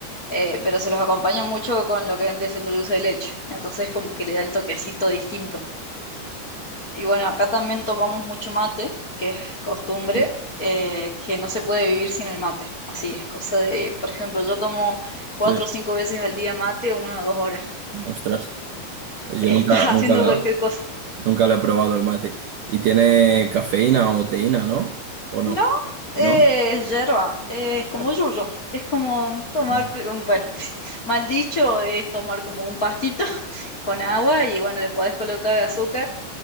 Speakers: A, on the left (about 45°); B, on the right (about 75°).
A: eh, pero se los acompaña mucho con lo que vendría siendo el dulce de leche. Entonces como que le da el toquecito distinto. Y bueno, acá también tomamos mucho mate, que es costumbre,
B: ujú.
A: eh, que no se puede vivir sin el mate. Así es cosa de, por ejemplo, yo tomo cuatro
B: Sí,
A: o cinco veces al día mate, una o dos horas. <laughs>
B: ostras. Pues yo nunca,
A: Estás haciendo
B: nunca lo,
A: cualquier cosa.
B: nunca lo he probado el mate. ¿Y tiene cafeína o teína, no? ¿O no?
A: No, eh,
B: ¿No?
A: es hierba, eh, es como yuyo, es como tomar,
B: No.
A: un- bueno, <laughs> mal dicho, es tomar como un pastito <laughs> con agua y bueno, le podés colocar azúcar